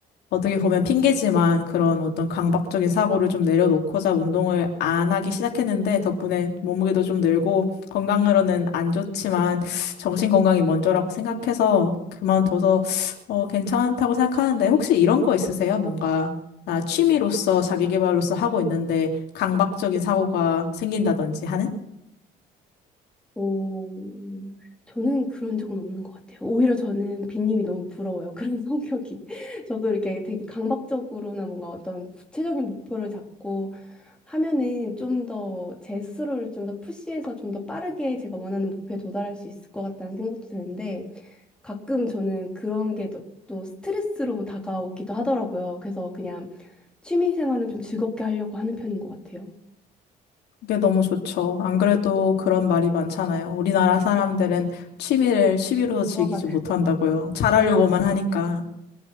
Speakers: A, on the left (about 75°); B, in the centre.
A: 어떻게 보면 핑계지만 그런 어떤 강박적인 사고를 좀 내려놓고자 운동을 안 하기 시작했는데 덕분에 몸무게도 좀 늘고 건강으로는 안 좋지만 정신 건강이 먼저라고 생각해서 그만둬서 어, 괜찮다고 생각하는데 혹시 이런 거 있으세요? 뭔가 나 취미로서 자기 개발로서 하고 있는데 강박적인 사고가 생긴다든지 하는?
B: 오, 저는 그런 적은 없는 것 같아요. 오히려 저는 빈님이 너무 부러워요. 그런 <laughs> 성격이. 저도 이렇게 되게 강박적으로나 뭔가 어떤 구체적인 목표를 잡고 하면은 좀 더 제 스스로를 좀 더 푸시해서 좀 더 빠르게 제가 원하는 목표에 도달할 수 있을 것 같다는 생각도 드는데 가끔 저는 그런 게 또 또 스트레스로 다가오기도 하더라고요. 그래서 그냥 취미 생활은 좀 즐겁게 하려고 하는 편인 것 같아요.
A: 그게 너무 좋죠. 안 그래도 그런 말이 많잖아요. 우리나라 사람들은 취미를 취미로서 즐기지
B: 어, 맞아요.
A: 못한다고요. 잘하려고만
B: <laughs>
A: 하니까.